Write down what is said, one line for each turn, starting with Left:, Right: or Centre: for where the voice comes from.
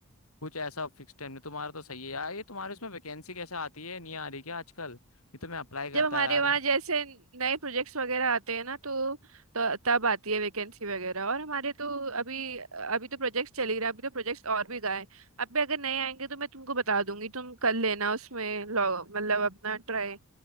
Left: कुछ ऐसा फिक्स टाइम नहीं तुम्हारा तो सही है यार ये तुम्हारे उसमें वैकेंसी कैसे आती है नहीं आ रही क्या आजकल ये तो मैं अप्लाई करता
Right: जब हमारे
Left: है यार
Right: वहाँ जैसे नए प्रोजेक्ट्स वगैरह आते हैं ना तो, तो तब आती है वैकेंसी वगैरह और हमारे तो अभी अभी तो प्रोजेक्ट्स चल ही रहा है अभी तो प्रोजेक्ट्स और भी गए हैं। अब भी अगर नए आएंगे तो मैं तुमको बता दूंगी तुम कर लेना उसमें लॉ- मतलब अपना ट्राई